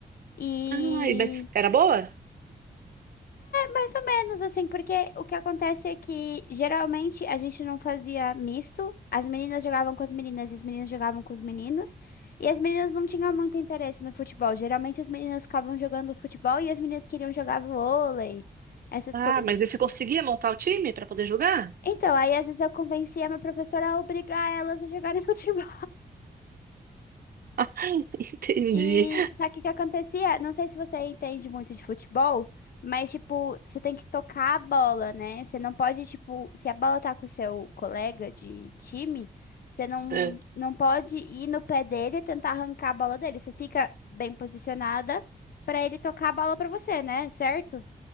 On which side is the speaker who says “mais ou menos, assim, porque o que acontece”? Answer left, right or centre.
Left